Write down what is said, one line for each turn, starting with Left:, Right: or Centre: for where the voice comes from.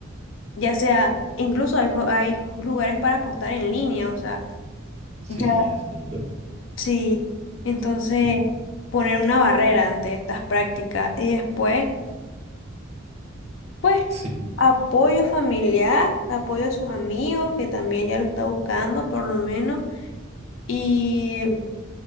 Left: Ya sea, incluso hay, jue- hay lugares para apostar en línea, o sea,
Right: Sí,
Left: ya
Right: así es, ¿verdad?
Left: sí. Entonces,
Right: Sí,
Left: poner una barrera ante estas prácticas y después. Pues
Right: sí,
Left: apoyo familiar, apoyo a sus amigos, que también ya lo está buscando por lo menos. Y